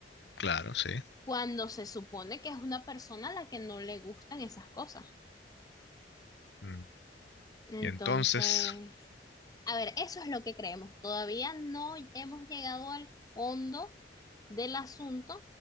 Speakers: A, on the left (about 75°); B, on the left (about 20°).
A: Claro, sí.
B: cuando se supone que es una persona a la que no le gustan esas cosas.
A: Mm.
B: Entonces,
A: Y entonces,
B: A ver, eso es lo que creemos. Todavía no hemos llegado al fondo del asunto